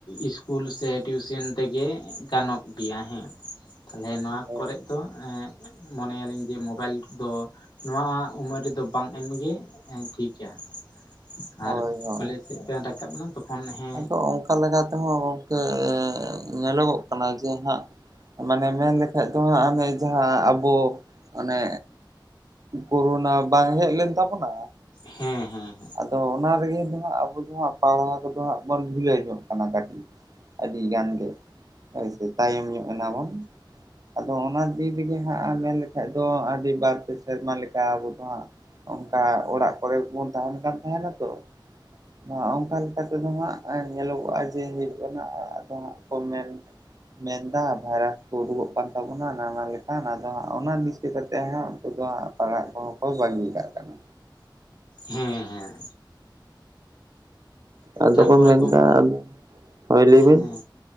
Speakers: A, on the left; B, on the right.
A: ᱤᱥᱠᱩᱞ ᱥᱮ ᱴᱤᱭᱩᱥᱮᱱ ᱛᱮᱜᱮ ᱜᱟᱱᱚᱜ ᱜᱮᱭᱟ ᱦᱮᱸ ᱛᱟᱦᱚᱞᱮ ᱱᱚᱣᱟ
B: ᱦᱳᱭ
A: ᱠᱚᱨᱮ ᱫᱚ ᱮᱸ ᱢᱚᱱᱮᱭᱟᱞᱤᱧ ᱡᱮ ᱢᱳᱵᱟᱭᱤᱞ ᱠᱚᱫᱚ ᱱᱚᱣᱟ ᱩᱢᱟᱹᱨ ᱨᱮᱫᱚ ᱵᱟᱝ ᱮᱢᱜᱮ ᱮᱸ ᱴᱷᱤᱠ <unintelligible>
B: ᱦᱳᱭ
A: ᱟᱨ
B: ᱦᱳᱭ
A: ᱠᱚᱞᱮᱡᱽ ᱥᱮᱫ ᱛᱮᱢ ᱨᱟᱠᱟᱵ ᱮᱱᱟ ᱛᱚᱠᱷᱚᱱ ᱦᱮᱸ
B: ᱟᱫᱚ ᱚᱱᱠᱟ ᱞᱮᱠᱟ ᱛᱮᱦᱚᱸ ᱜᱚᱢᱠᱮ ᱧᱮᱞᱚᱜᱚᱜ ᱠᱟᱱᱟ ᱡᱮ ᱦᱟᱸᱜ ᱢᱟᱱᱮ ᱢᱮᱱ ᱞᱮᱠᱷᱟᱡ ᱫᱚ ᱦᱟᱸᱜ ᱦᱟᱱᱮ ᱡᱟᱦᱟᱸ ᱟᱵᱚ ᱚᱱᱮ ᱠᱳᱨᱳᱱᱟ ᱵᱟᱝ ᱦᱮᱡ ᱞᱮᱱ ᱛᱟᱵᱚᱱᱟ
A: ᱦᱮᱸᱻᱦᱮᱸᱻ
B: ᱛᱚ ᱚᱱᱟ ᱨᱮᱜᱮ ᱫᱚ ᱦᱟᱸᱜ ᱟᱵᱚ ᱫᱚ ᱦᱟᱸᱜ ᱯᱟᱲᱦᱟᱣ ᱠᱚᱫᱚ ᱦᱟᱸᱜ ᱵᱚᱱ ᱰᱷᱤᱞᱟᱹᱭ ᱧᱚᱜ ᱠᱟᱱᱟ ᱠᱟᱹᱴᱤᱡ ᱟᱹᱰᱤ ᱜᱟᱱ ᱜᱮ ᱦᱳᱭᱥᱮ ᱛᱟᱭᱚᱢ ᱧᱚᱜ ᱮᱱᱟ ᱵᱚᱱ ᱟᱫᱚ ᱚᱱᱟ ᱫᱤᱱ ᱨᱮᱜᱮ ᱦᱟᱸᱜ ᱢᱮᱱ ᱞᱮᱠᱷᱟᱡ ᱫᱚ ᱟᱹᱰᱤ ᱵᱟᱨ ᱯᱮ ᱥᱮᱨᱢᱟ ᱞᱮᱠᱟ ᱟᱵᱚ ᱫᱚ ᱦᱟᱸᱜ ᱚᱱᱠᱟ ᱚᱲᱟᱜ ᱠᱚᱨᱮ ᱜᱮᱵᱚᱱ ᱛᱟᱦᱮᱱ ᱠᱟᱱ ᱛᱟᱦᱮᱱᱟ ᱛᱚ ᱟᱫᱚ ᱦᱟᱸᱜ ᱚᱱᱠᱟ ᱞᱮᱠᱟ ᱛᱮᱫᱚ ᱦᱟᱸᱜ ᱮᱸ ᱧᱮᱞᱚᱜᱚᱜᱼᱟ ᱡᱮ ᱦᱩᱭᱩᱜ ᱠᱟᱱᱟ ᱟᱫᱚ ᱦᱟᱸᱜ ᱠᱚ ᱢᱮᱱ ᱢᱮᱱᱫᱟ ᱵᱷᱟᱭᱨᱟᱥ ᱠᱚ ᱩᱰᱩᱠᱚᱜ ᱠᱟᱱ ᱛᱟᱵᱚᱱᱟ ᱱᱟᱦᱟ ᱞᱮᱠᱟᱱ ᱟᱫᱚ ᱦᱟᱸᱜ ᱚᱱᱟ ᱫᱤᱥᱟᱹ ᱠᱟᱛᱮ ᱦᱟᱸᱜ ᱩᱱᱠᱩ ᱫᱚ ᱦᱟᱸᱜ ᱯᱟᱲᱦᱟᱜ ᱠᱚᱦᱚᱸ ᱠᱚ ᱵᱟᱹᱜᱤ ᱠᱟᱜ ᱠᱟᱱᱟ᱾
A: ᱦᱮᱸᱻᱦᱮᱸᱻ
B: ᱟᱫᱚ
A: ᱛᱟᱨᱯᱚᱨᱮ
B: ᱠᱚ ᱢᱮᱱᱫᱟ,
A: ᱜᱚᱝᱠᱮ
B: ᱦᱳᱭ ᱞᱟᱹᱭ ᱵᱤᱱ
A: ᱦᱮᱸ